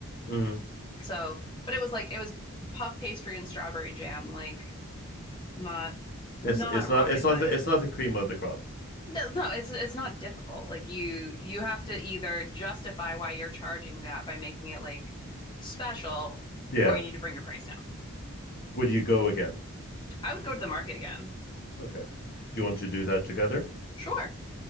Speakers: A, on the left (about 45°); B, on the left (about 20°).
A: Mhm.
B: So, but it was like it was puff pastry and strawberry jam, like not
A: It's
B: not
A: it's not
B: rocket
A: it's not
B: science.
A: the, it's not the cream of the crop.
B: No, no, it's it's not difficult. Like you you have to either justify why you're charging that by making it like special
A: Yeah.
B: or you need to bring your price down.
A: Would you go again?
B: I would go to the market again.
A: Okay. Do you want to do that together?
B: Sure.